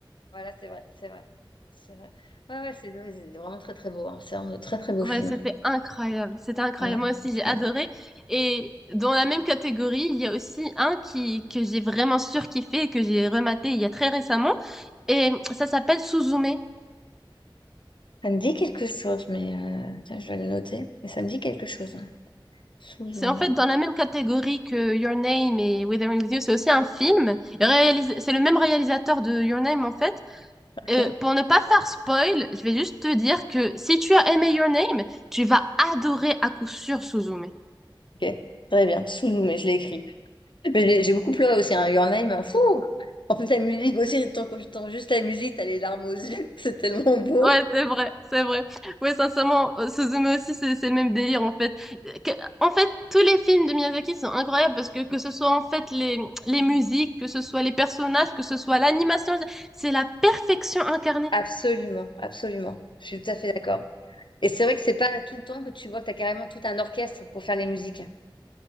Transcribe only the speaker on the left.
voilà, c'est vrai, c'est vrai. C'est vrai. Ouais, ouais, c'est ouais, c'est vraiment très, très beau. hein. C'est un très, très beau
film.
Voilà,
je
pense.
Ça me dit quelque chose, mais euh, tiens, je vais le noter. Mais ça me dit quelque chose. sous
zoomé
Ok,
ok. Très bien. sous zoomé je l'ai écrit. Mais j'ai j'ai beaucoup pleuré aussi, hein. Your Name, fou! En plus, la musique aussi, tant que j'entends juste la musique, t'as les larmes aux yeux, <laughs> c'est tellement beau.
Absolument, absolument. Je suis tout à fait d'accord. Et c'est vrai que c'est pas tout le temps que tu vois que t'as carrément tout un orchestre pour faire les musiques.